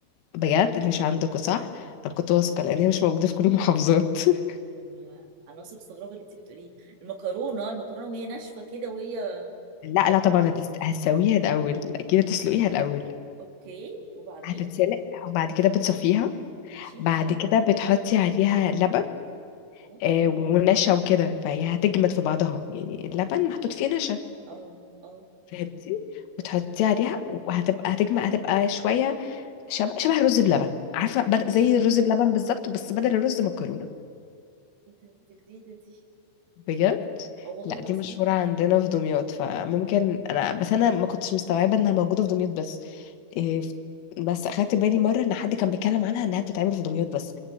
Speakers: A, on the left; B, on the right.
A: بجد دي مش عندكم صح انا كنت واثقه لان هي مش موجوده في كل المحافظات <laughs>
B: لما انا اصلا مستغربه اللي انت بتقوليه المكرونه المكرونه وهي ناشفه كده وهي
A: لا
B: و...
A: لا طبعا هتست... هتسويها الاول اكيد
B: هتسلف
A: هتسلقيها الاول
B: اوكي وبعدين
A: هتتسلق وبعد كده بتصفيها
B: ماشي
A: بعد كده بتحطي عليها لبن
B: اه
A: آه، ونشا وكده فهي هتجمد في بعضها يعني اللبن محطوط فيه نشا
B: اه اه
A: فهمتي بتحطيه
B: اوكي
A: عليها وهتبقى هتجمد هتبقى شويه شبه شبه الرز بلبن عارفه
B: ماشي
A: بد... زي الرز بلبن بالظبط بس بدل الرز مكرونه
B: ايه ده دي جديدة دي
A: بجد
B: اه والله
A: لا
B: العظيم
A: دي مشهوره عندنا في دمياط فممكن انا بس انا ما كنتش مستوعبه انها موجوده في دمياط بس إيه، ف- بس اخدت بالي مره ان حد كان بيتكلم عنها انها بتتعمل في دمياط بس